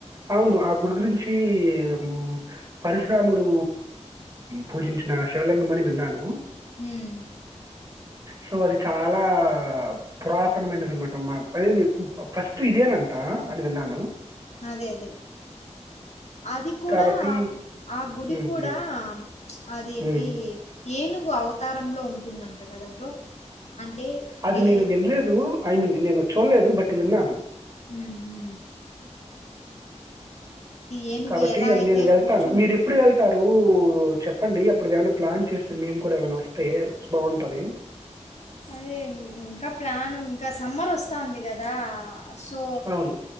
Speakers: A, on the right (about 30°); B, on the left (about 65°).
A: అవును ఆ గుడి గురించి ఊ పరిశిరాముడు పూజించిన శివలింగం అని విన్నాను
B: ఉమ్
A: సో అది చాలా పురాతనమైనది అనమాటమా అ అది ఫస్ట్ ఇదేనంట అడి విన్నాను
B: అదే అదే అది కూడా
A: కాబట్టి
B: ఆ గుడి
A: హ్మ్.
B: కూడా
A: హ్మ్.
B: అదేంటి
A: హ్మ్.
B: ఏనుగు అవతారంలో ఉంటుందంట కదా బ్రో అంటే
A: అది
B: వే
A: నేను విండ్లేదు ఐ మీన్ నేను చూల్లేదు బట్ విన్నాను
B: ఉ ఊ ఏనుగు
A: కాబట్టి
B: ఎలా
A: అది
B: అయితే
A: నేను వెళ్తాను
B: కూర్చుంటుందో
A: మీరు ఎప్పుడు వెళ్తారు రు చెప్పండి అప్పుడు ఏమైనా ప్లాన్ చేస్తే మేము కూడా ఏమైనా వస్తే బాంటది
B: అదే ఇంకా ప్లాను ఇంకా సమ్మరొస్తా ఉంది క దా సో
A: అవును.